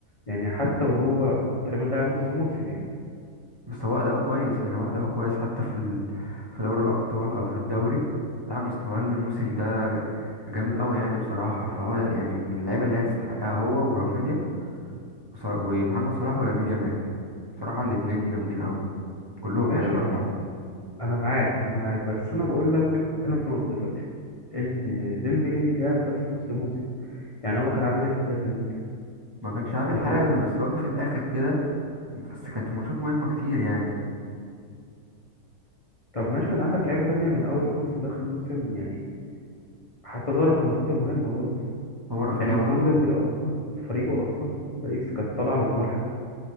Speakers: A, on the left (about 25°); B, on the right (about 15°).
A: يعني حتى وهو تقريبا لاعب نص موسم يعني
B: بس هو أداؤه كويس يعني هو أداؤه كويس حتى في ال... في دوري الأبطال أو في الدوري لا مستواه الموسم ده جامد أوي يعني بصراحة فهو يعني من اللعيبة اللي هي تستحقها هو ورافينيا وص- ومحمد صلاح ولامين يامال بصراحة الاتنين جامدين أوي كلهم
A: ماشي
B: يعني الأربعة
A: انا انا معاك انا معاك بس انا بقول لك بتكلم في نقطه دلوقتي ان ديمبلي لعب بس نص موسم يعني هو كان عامل ايه في بدايه الموسم
B: ما كانش عامل
A: ده
B: حاجة
A: تقريبا
B: بس هو جه في الآخر كده بس كانت الماتشات مهمة كتير يعني
A: طب ماشي ما انت عندك لعيبه تانية من اول الموسم لاخر الموسم يعني حتى ظهر في الماتشات المهمة برضه
B: هو رافينيا
A: يعني عثمان
B: برضو
A: ديمبلي أصلا فريقه أصلا باريس كانت طالعة بالملحق